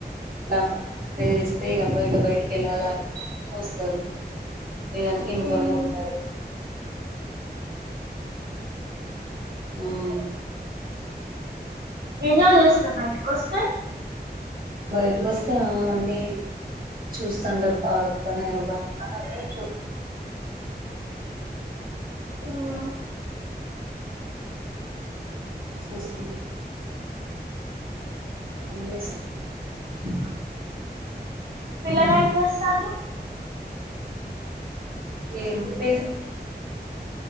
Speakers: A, on the right (about 55°); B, on the right (about 70°).
A: ఇలా బెదిరిస్తే ఇక అటో ఇటో బయటికి వెళ్ళాలా వస్తరు లేదంటే ఇంట్లోనే
B: ఉమ్
A: ఉంటారు ఆవున్
B: ఎంజాయ్ చేస్తారా బయటకి వస్తే
A: బయటకొస్తే ఆ అన్నీ చూస్తంటారు పార్కు అని అవ్వని
B: ఉమ్
A: చూస్తనే ఇంక <unintelligible>
B: పిల్లలేం
A: మ్మ్
B: జేస్తాండ్రు
A: ఏమ్ లేదు